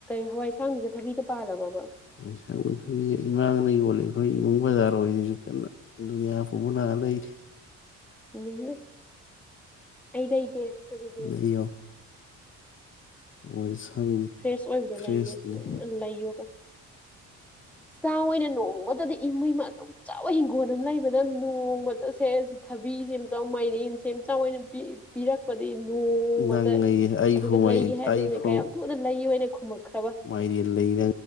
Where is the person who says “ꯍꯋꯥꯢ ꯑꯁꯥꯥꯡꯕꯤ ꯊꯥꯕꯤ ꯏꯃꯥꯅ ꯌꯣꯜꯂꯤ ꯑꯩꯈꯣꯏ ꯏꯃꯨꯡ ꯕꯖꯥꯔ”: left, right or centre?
Left